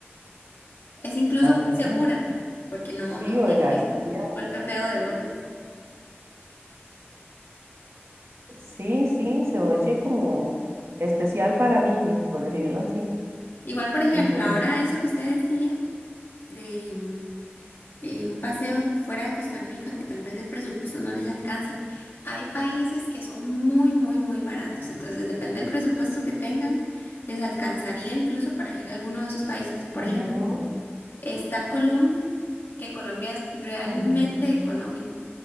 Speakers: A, on the left (about 55°); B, on the right (about 75°).
A: Es incluso
B: Ajá.
A: muy segura, porque no,
B: Sí,
A: no tiene
B: oiga, estaría,
A: un golpe feo de bolas.
B: sí, sí, se oye como especial para niños, por decirlo así.
A: Igual, por ejemplo,
B: Ujú,
A: ahora eso que usted decía de em, eh, un paseo fuera de Costa Rica, que tal vez el presupuesto no les alcance. Hay países que son muy, muy, muy baratos, entonces depende del presupuesto que tengan, les alcanzaría incluso para ir a alguno de esos países. Por
B: ujú,
A: ejemplo, Está Colombia, que Colombia es realmente
B: ujú,
A: económico,